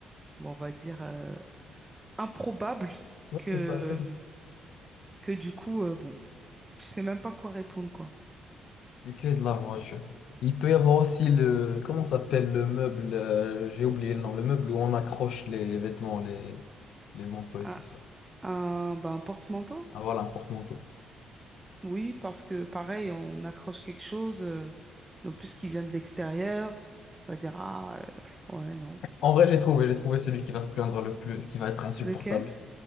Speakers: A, on the right (about 15°); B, on the left (about 75°).
A: bon, on va dire, euh, improbable
B: Ouais,
A: que,
B: c'est ça.
A: que du coup, euh, bon, tu sais même pas quoi répondre, quoi.
B: Les clés de la voiture. Il peut y avoir aussi le... Comment ça s'appelle le meuble? euh, j'ai oublié le nom. Le meuble où on accroche les, les vêtements, les, les manteaux et
A: Un,
B: tout ça.
A: un, bah, un porte-manteau?
B: Ah voilà, un porte-manteau.
A: Oui, parce que pareil, on accroche quelque chose, euh, donc plus qui vient de l'extérieur, on va dire, ah, euh, ouais, non.
B: En vrai, j'ai trouvé, j'ai trouvé celui qui va se plaindre le plus, qui va être insupportable.
A: Lequel?